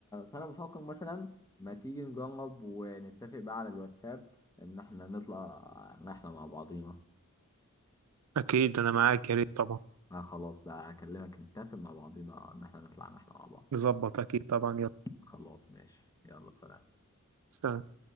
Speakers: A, on the left (about 15°); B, on the right (about 75°).
A: فأنا بفكر مثلا ما تيجي نجرب ونتفق بقى على الواتساب إن إحنا نطلع رحلة مع بعضينا
B: أكيد أنا معاك يا ريت طبعا
A: ما خلاص بقى اكلمك نتفق مع بعضينا ان احنا نطلع رحلة مع بعض
B: نظبط أكيد طبعا يلا
A: خلاص ماشي يلا سلام
B: سلام